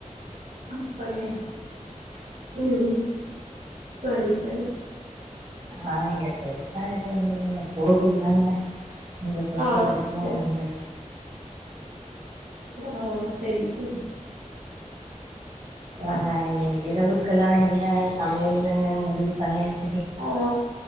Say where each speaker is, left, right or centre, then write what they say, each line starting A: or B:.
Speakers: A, on the right; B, on the right.
A: அப்டியா ம் ம் ம் சரி சரி
B: ஆஹ் இங்க பெருசா எதுவு இல்லைங்க கோவில் தாங்க நீங்க பொறுத்த
A: ஆ
B: வரைக்கு
A: சரி
B: வாங்கங்க
A: ஆ சரி சரி
B: ஆ நா இரவுக்கெல்லாம என்ன சமையல்னு முடிவு பண்ணியாச்
A: ஆ